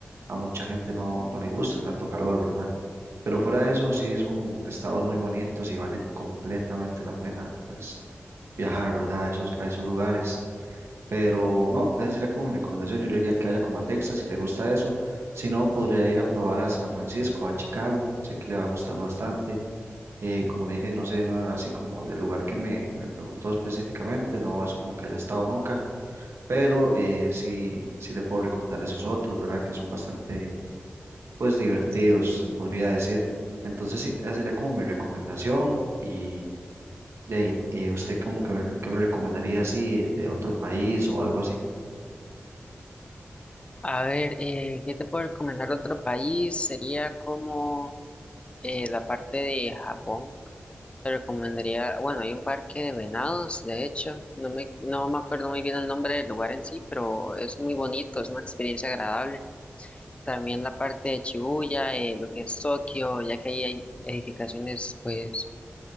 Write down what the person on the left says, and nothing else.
A ver, eh, ¿qué te puedo recomendar de otro país? Sería como eh, la parte de Japón. Te recomendaría, bueno, hay un parque de venados, de hecho, no me, no me acuerdo muy bien el nombre del lugar en sí, pero es muy bonito, es una experiencia agradable. También la parte de Shibuya, eh, lo que es Tokio, ya que ahí hay edificaciones, pues,